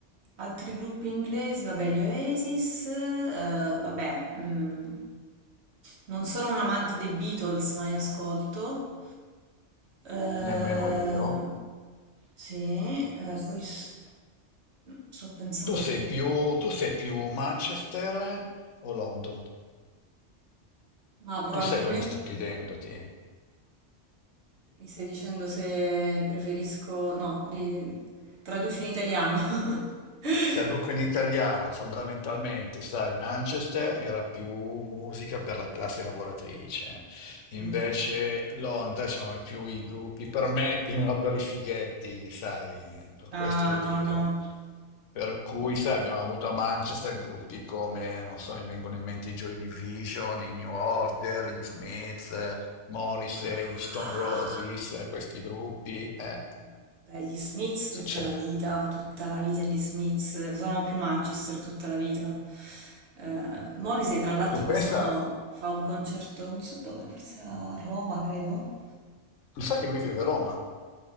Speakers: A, on the right (about 65°); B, on the left (about 90°).
A: Altri gruppi inglesi, vabbè, gli Oasis, eh, vabbè, mm, non sono un amante dei Beatles, ma li ascolto. Eh,
B: Nemmeno io.
A: sì, eh, poi s- sto pensando
B: Tu sei
A: gruppi,
B: più, tu sei più Manchester o London?
A: ma probabilmente
B: Tu sai cosa sto chiedendoti?
A: mi stai dicendo se preferisco, no, ri- traduci in italiano. <laughs>
B: Traduco in italiano, fondamentalmente, sai, Manchester era più musica per la classe lavoratrice,
A: Sì.
B: invece Londra ci sono più i gruppi, permettimelo, per i fighetti, sai, per
A: Ah,
B: questo lo
A: no,
B: dico.
A: no.
B: Per cui, sai, abbiamo avuto a Manchester gruppi come, non so, mi vengono in mente i Joy Division, i New Order, gli Smiths, eh, Morrissey,
A: Ah.
B: gli Stone Roses, eh, questi gruppi. eh.
A: No, Beh, gli Smiths
B: Che
A: tutta
B: c'è?
A: la vita, tutta la vita gli Smiths, sono più Manchester tutta la vita. Eh, Morrissey tra l'altro
B: Tu pensa,
A: quest'anno fa un concerto, non so dove, forse a Roma credo.
B: tu sai che lui vive a Roma?